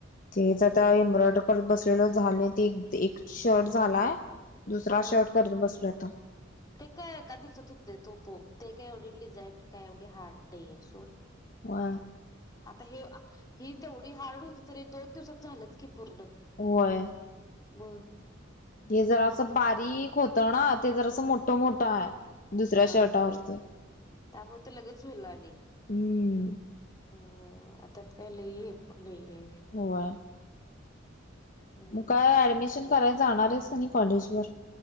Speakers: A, on the left; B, on the left.
A: तेच आता <inaudible> करत बस <inaudible> झालंय ते एक ते एक शर्ट झालाय दुसरा
B: हा
A: शर्ट
B: हा
A: करत बसलोय आता.
B: ते काय एका दिवसात होतय तो तो ते काय एवढी डिझाईन काय एवढी हार्ड नईये सोड.
A: वा आ
B: आता हे ही तेवढी हार्ड होती तरी दोन दिवसात झालंच की पूर्ण.
A: होय.
B: ब
A: हे जरा असं बारीक होत ना ते जरा असं मोठं मोठं आहे. दुसऱ्या
B: हा
A: शर्टावरती
B: त्यामुळे ते लगेच होलाली.
A: हम्म
B: हा आताात काय लईे हे पण नाहीे.
A: गोवा
B: ब <unintelligible>
A: मग काय ऍडमिशन करायला जाणार आहेस का नाही कॉलेज वर?